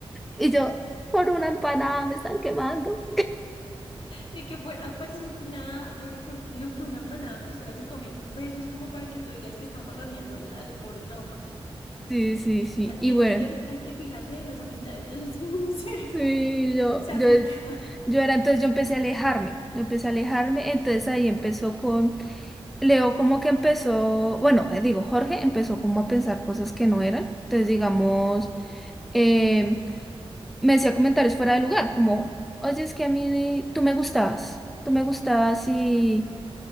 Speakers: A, in the centre; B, on the left.
A: Y yo, por una empanada me están quemando.
B: Ni que fuera, aparte ni que una, no que, no que una empanada costara cinco mil pesos como para que tú digas que estamos raneando al, al pobre. No, parce.
A: Sí, sí, sí.
B: Hay
A: Y
B: que,
A: bueno,
B: hay que, hay que fijarse en las amistades de las que uno se, <laughs>
A: sí, yo,
B: se acerca.
A: yo, yo era, entonces yo empecé a alejarme, yo empecé a alejarme, entonces ahí empezó con Leo como que empezó, bueno, eh, digo, Jorge empezó como a pensar cosas que no eran. Entonces, digamos, eh, me decía comentarios fuera de lugar, como, oye, es que a mí tú me gustabas, tú me gustabas y